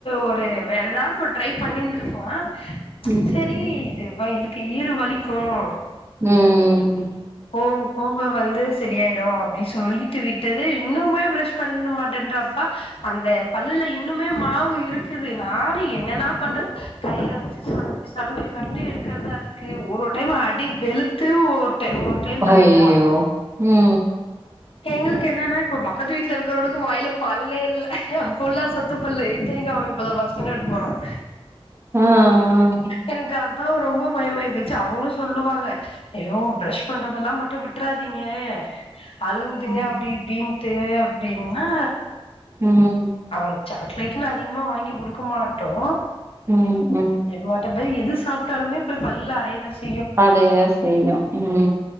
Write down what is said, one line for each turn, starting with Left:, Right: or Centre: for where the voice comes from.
Left: ஒரு வேற ஏதாவது ஒரு ட்ரை பண்ணியிருந்திருக்கலாம்
Right: ம்
Left: சேரி இது இவளுக்கு ஈறு வலிக்கும்
Right: ம் ம்
Left: போக போக வந்து சரியாயிடும் அப்படின் சொல்லிட்டு விட்டு விட்டது இன்னுமே பிரஷ் பண்ண மாட்டேன்றாப்ப அந்த பல்லுல இன்னுமே மாவு இருக்குது நானும் என்னதான் பண்றது கையில வச்சு சுரண்டி சுரண்டி சுரண்டி எடுக்கிறதா இருக்கு ஒரு டைம் அடி வெளுத்து ட்ட ஒரு டைம் பண்ணிக்கிறா
Right: ஐயோ ம்
Left: எங்களுக்கு என்னன்னா இப்ப பக்கத்து வீட்டுல இருக்கிறவனுக்கு வாயில பல்லே இல்ல ஃபுல்லா சொத்த பல்லு இத்தனைக்கும் அவன் இப்பதான் ஃபர்ஸ்ட் ஸ்டாண்டர்டு போறான்
Right: ஆ ஆ
Left: எனக்கு அதான் ரொம்ப பயமாய்ப்போச்சு அவுங்க சொல்லுவாங்க ஐயோ ஃப்ரஷ் பண்றதெல்லாம் மட்டும் விட்டுறாதீங்க அழுகுதுங்க
Right: ம்
Left: அப்படி இப்படின் ட்டு அப்படின்னா
Right: உம்
Left: அவளுக்கு சாக்லேட்ன்னு அதிகமா வாங்கி குடுக்க மாட்டோம்
Right: உம் உம்
Left: எப்பமாட்டுப்போய் எது சாப்ட்டாலுமே போய் பல்லுல அடையதான் செய்
Right: அடைய செய்யுங்க ம்